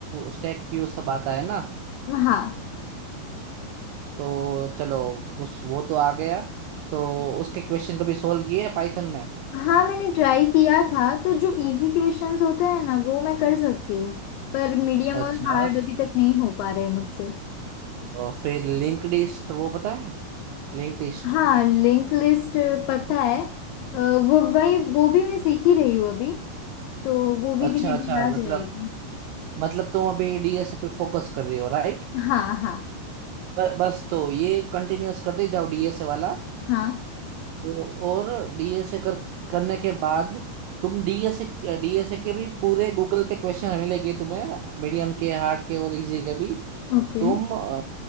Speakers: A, on the right (about 85°); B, on the left (about 90°).
A: स्टैक क्यू सब आता है ना
B: हाँ
A: तो चलो उस वो तो आ गया तो उसके क्वेश्चन कभी सोल्व किए पाइथन में
B: हाँ मैंने ट्राई किया था तो जो इजी क्वेश्चंस होते हैं ना वो मैं कर सकती हूँ पर मीडियम
A: अच्छा
B: और हार्ड अभी तक नहीं हो पा रहे मुझसे
A: और फिर लिंक लिस्ट वो पता है लिंक लिस्ट
B: हाँ लिंक लिस्ट पता है अ, वो वही वो भी मैं सीख ही रही हूँ अभी तो वो भी
A: अच्छा
B: धीरे
A: अच्छा
B: धीरे आ
A: मतलब
B: जाएगा
A: मतलब तुम अभी डीएसए पे फोकस कर रही हो राइट
B: हाँ हाँ
A: बस तो ये कंटिन्यूअस करते जाओ डीएसए वाला
B: हाँ
A: वो और डीएसए कर करने के बाद तुम डीएसए डीएसए के भी पूरे गूगल पे क्वेश्चन मिलेंगे तुम्हें मीडियम के हार्ड के और इजी के भी
B: ओके
A: तुम अ,